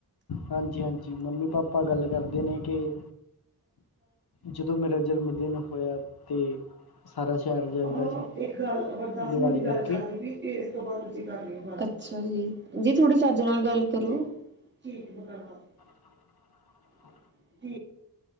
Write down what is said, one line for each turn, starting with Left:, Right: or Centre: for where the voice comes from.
Left: ਹਾਂਜੀ, ਹਾਂਜੀ ਮੰਮੀ, ਪਾਪਾ ਗੱਲ ਕਰਦੇ ਨੇਂ ਕਿ ਜਦੋਂ ਮੇਰਾ ਜਨਮ ਦਿਨ ਹੋਇਆ ਤੇ ਸਾਰਾ ਸ਼ਹਿਰ ਜਗਦਾ
Right: ਹਹ
Left: ਸੀ
Right: ਇੱਕ ਗੱਲ ਅਗਰ ਦਸ
Left: ਦੀਵਾਲੀ
Right: ਮਿੰਟ ਦੀ
Left: ਕਰਕੇ
Right: ਗੱਲ ਛਾਦੀ ਪਈ ਤੇ <inaudible> ਅੱਛਾ ਜੀ। ਜੀ ਥੋੜੇ ਚੱਜ ਨਾਲ ਗੱਲ ਕਰੋ। <unintelligible>
Left: <inaudible>
Right: <unintelligible>